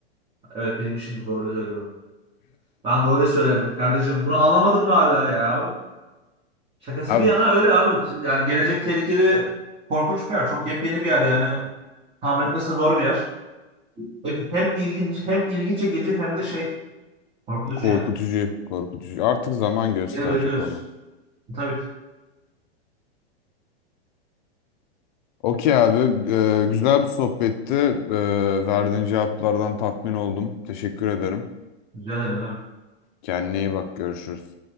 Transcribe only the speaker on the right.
Evet benim işim bu doğru söylüyorum. Ben doğru söylerim kardeşim. Bunu anlamadın mı hala ya? Şakası
bir yana öyle abi. Şimdi Yani gelecek tehlikeli korkunç bir yer. Çok yepyeni bir yer yani. Tahmin etmesi de zor bir yer. Hem hem ilginç hem ilgi çekici hem de şey korkutucu
yani.
Gel öyle diyoruz.
Tabii ki.
Rica ederim. ne demek.